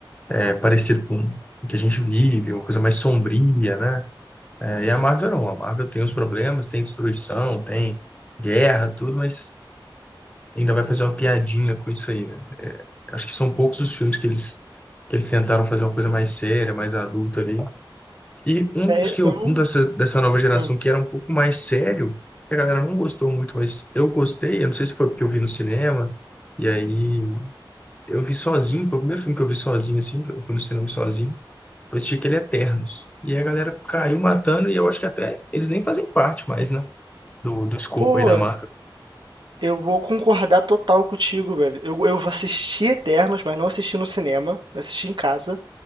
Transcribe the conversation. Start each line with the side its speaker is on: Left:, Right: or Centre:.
Left: é, parecido com o que a gente vive, uma coisa mais sombria, né? É, e a Marvel não. A Marvel tem os problemas, tem destruição, tem guerra, tudo, mas ainda vai fazer uma piadinha com isso aí, né? Acho que são poucos os filmes que eles, que eles tentaram fazer uma coisa mais séria, mais adulta ali. E um
Right: é
Left: dos que eu,
Right: eu
Left: um dessa, dessa nova geração
Right: hum.
Left: que era um pouco mais sério, que a galera não gostou muito, mas eu gostei. Eu não sei se foi porque eu vi no cinema, e aí eu vi sozinho, foi o primeiro filme que eu vi sozinho, assim, eu fui no cinema sozinho. Eu assisti aquele Eternos. E a galera caiu matando, e eu acho que até eles nem fazem parte mais, né? Do, do escopo
Right: Pô,
Left: aí da marca.
Right: eu vou concordar total contigo, velho. Eu eu assisti Eternos, mas não assisti no cinema, eu assisti em casa,